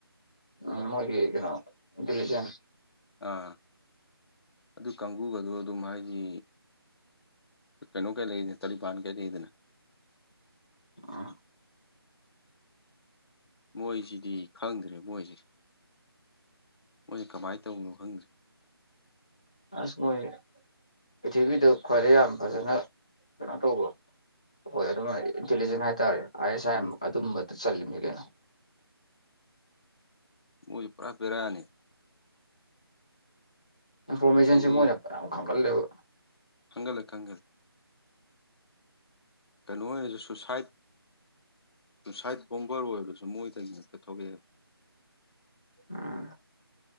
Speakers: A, on the left; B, on the left.
A: ꯎꯝ ꯃꯣꯏꯒꯤ ꯀꯩꯅꯣ ꯜꯂꯤ ꯆꯅꯤ
B: ꯑꯥ ꯑꯗꯨ ꯀꯥꯡꯕꯨꯒꯗ ꯑꯗꯨꯝ ꯍꯥꯏꯗꯤ ꯀꯩꯅꯣ ꯀꯌꯥ ꯂꯩꯗ ꯇꯔꯤ ꯄꯅ ꯀꯌꯥ ꯆꯩꯗꯅꯦ
A: ꯎꯝ
B: ꯃꯣꯏꯁꯤꯗꯤ ꯈꯪꯗ꯭ꯔꯦ ꯃꯣꯏꯁꯤꯦ ꯃꯣꯏꯁꯦ ꯀꯃꯥꯏꯅ ꯇꯧꯅꯣ ꯈꯪꯗ꯭ꯔꯦ
A: ꯑꯁꯕꯨꯣꯏ ꯄ꯭ꯔꯤꯊꯤꯔꯤꯕꯕꯤꯗ ꯈ꯭ꯋꯥꯏꯗꯩ ꯌꯥꯝ ꯐꯖꯅ ꯀꯩꯅꯣ ꯇꯧꯕ ꯍꯣꯏ ꯑꯗꯨꯝ ꯏꯟꯇꯤꯂꯤꯖꯦꯟ ꯍꯥꯏꯇꯥꯔꯦ ꯑꯥꯏ ꯑꯦꯁ ꯑꯥꯏ
B: ꯎꯝ
A: ꯑꯗꯨꯝꯕꯗ ꯆꯜꯂꯤꯕꯅꯤ ꯀꯩꯅꯣ
B: ꯃ ꯄꯨꯔ ꯐꯦꯔꯅꯤ
A: ꯏꯟꯐꯣꯔꯃꯦꯁꯟꯁꯤꯦ
B: ꯑꯩꯗꯤ
A: ꯃꯣꯏꯅ ꯃꯌꯥꯝ ꯈꯪꯒꯠꯜꯂꯦꯕ
B: ꯍꯪꯒꯂꯛ ꯍꯪꯜ ꯀꯩꯅꯣ ꯑꯣꯏꯅꯁꯨ ꯁꯨꯏꯁꯥꯏꯠ ꯁꯥꯏꯠ ꯕꯣꯝꯕꯔ ꯑꯣꯏꯕꯗꯨꯁꯨ ꯃꯣꯏꯗꯒꯤ ꯉꯛꯇ ꯊꯣꯛꯂꯛꯑꯦꯕ
A: ꯑꯝ